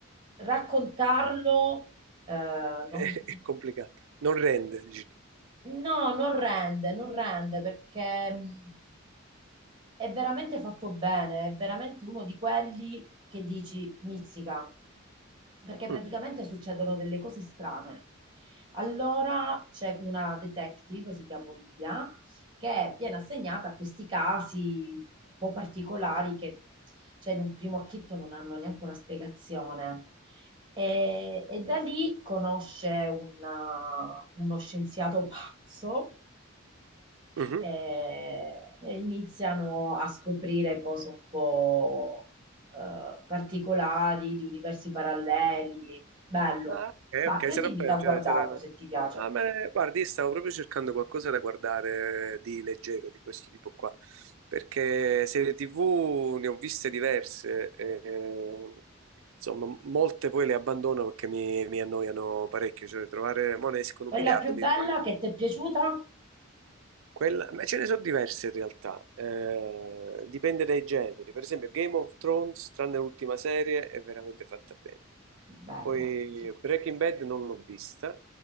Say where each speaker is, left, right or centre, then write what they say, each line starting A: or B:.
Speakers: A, on the right; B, on the right.
A: raccontarlo eh, non-
B: è complicato. Non rende, dici tu.
A: No, non rende, non rende perché mh, è veramente fatto bene, è veramente uno di quelli che dici mizzica, perché praticamente
B: Mm.
A: succedono delle cose strane. Allora c'è una detective, si chiama Olivia, che viene assegnata a questi casi un po' particolari che, cioè, in un primo acchito non hanno neanche una spiegazione. E, e da lì conosce un, uh, uno scienziato pazzo
B: Mhm.
A: eh, e, iniziano a scoprire cose un po' eh, particolari di universi paralleli. Bello.
B: Ah, ok,
A: Ma
B: ok,
A: io
B: sarà
A: ti invito
B: per,
A: a
B: cioè,
A: guardarlo
B: sarà...
A: se ti piace.
B: Ah, ma eh, guardi, io stavo proprio cercando qualcosa da guardare di leggero, di questo tipo qua, perché serie TV ne ho viste diverse, e, eh, insomma, molte poi le abbandono perché mi, mi annoiano parecchio, cioè trovare, mo ne escono
A: Quella
B: un miliardo,
A: più
B: quindi
A: bella che ti è piaciuta?
B: quella- ma ce ne sono diverse in realtà, eh, dipende dai generi. Per esempio, Game of Thrones, tranne l'ultima serie, è veramente fatta bene.
A: Bella,
B: Poi
A: sì.
B: Breaking Bad non l'ho vista,